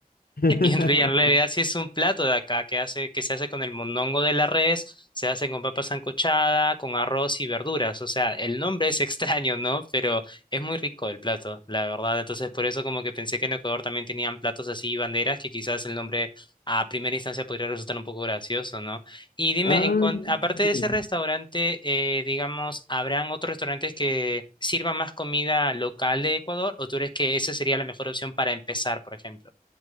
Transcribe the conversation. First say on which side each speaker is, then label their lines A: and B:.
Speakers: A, on the left; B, on the left.
A: <laughs>
B: Y en realidad sí es un plato de acá que hace, que se hace con el mondongo de la res, se hace con papa sancochada, con arroz y verduras. O sea, el nombre es <laughs> extraño, ¿no? Pero es muy rico el plato, la verdad. Entonces, por eso como que pensé que en Ecuador también tenían platos así y banderas, que quizás el nombre a primera instancia podría resultar un poco gracioso, ¿no? Y dime,
A: Ah,
B: en cuan-
A: ok.
B: aparte de ese restaurante, eh, digamos, ¿habrán otros restaurantes que sirvan más comida local de Ecuador? ¿O tú crees que esa sería la mejor opción para empezar, por ejemplo?